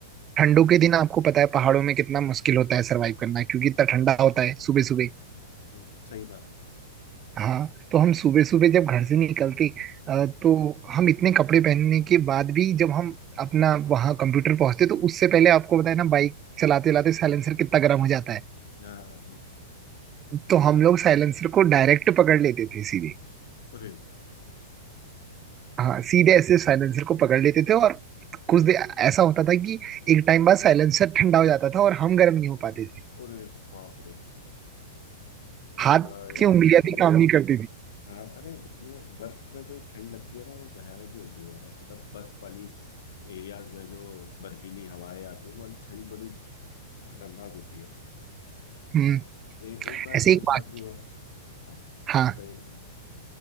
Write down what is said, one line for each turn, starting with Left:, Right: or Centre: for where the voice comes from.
Right: ठंडों के दिन आपको पता है पहाड़ों में कितना मुश्किल होता है सरवाइव करना क्योंकि इतना ठंडा होता है सुबह सुबह
Left: हम्म, सही बात
Right: हाँ तो हम सुबह सुबह जब घर से निकलते अ, तो हम इतने कपड़े पहनने के बाद भी जब हम अपना वहाँ कंप्यूटर पहुंचते तो उससे पहले आपको पता है ना बाइक चलाते चलाते साइलेंसर कितना गर्म हो जाता है
Left: है हाँ, हाँ, हाँ।
Right: तो हम लोग साइलेंसर को डायरेक्ट पकड़ लेते थे सीधे
Left: अरे
Right: हाँ सीधे ऐसे साइलेंसर को पकड़ लेते थे और कुछ देर ऐसा होता था कि एक टाइम बाद साइलेंसर ठंडा हो जाता था और हम गर्म नहीं हो पाते थे
Left: अरे बाप रे वो
Right: हाथ
Left: तो बड़ा यार
Right: की उंगलियां
Left: एकदम
Right: भी काम नहीं करती थी
Left: हाँ अरे ये बर्फ में जो ठंड लगती है ना वो भयानक ही होती है यार मतलब बर्फ वाली एरियाज में जो बर्फीली हवाएं आती है वो वाली ठंड बड़ी खतरनाक होती है
Right: हम्म
Left: ए, एक बार हमारे
Right: ऐसे एक
Left: साथ
Right: बात
Left: भी हुआ हाँ
Right: हाँ
Left: बताइए बताइए।